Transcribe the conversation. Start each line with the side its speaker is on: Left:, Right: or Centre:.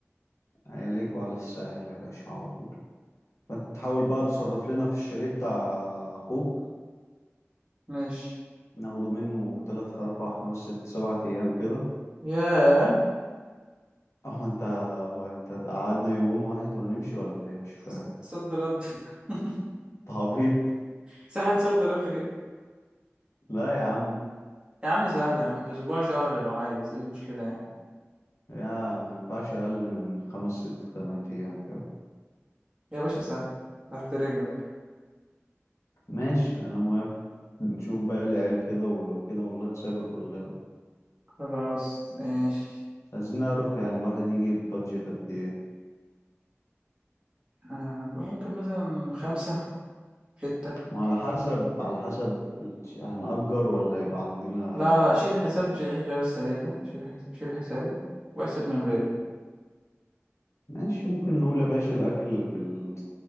Left: عليك وعلى الساحل يا باشا على طول فتحاول بقى تصرف لنا في الشاليه بتاع اخوك
Right: ماشي
Left: ناخده منه تلات اربع خمس ست سبع ايام كده
Right: ياه
Left: <laughs> اهو انت هو انت قعدنا يوم واحد وهنمشي ولا ايه مش فاهم
Right: ص- صد رد <laughs>
Left: انت عبيط
Right: سهل صد رد كده
Left: لا يا عم
Right: يا عم سهلة يا عم أسبوع شهر لو عايز إيه المشكلة يعني
Left: يا ما ينفعش اقل من خمس ست تمن ايام كده
Right: يا باشا سهل تحت رجلك
Left: ماشي انا موافق نشوف بقى العيال كده ولو كده والله نسافر كلنا
Right: خلاص ماشي
Left: عايزين نعرف يعني الواحد يجيب بادجت قد ايه
Right: أنا ممكن مثلا خمسة ستة
Left: ما على حسب على حسب ال- هنأجر ولا هيبقى عندنا
Right: لا لا شيل حساب شيل حساب السريع ده شيل حس... شيل حسابه واحسب من غيره
Left: ماشي ممكن نقول يا باشا الأكل في ال...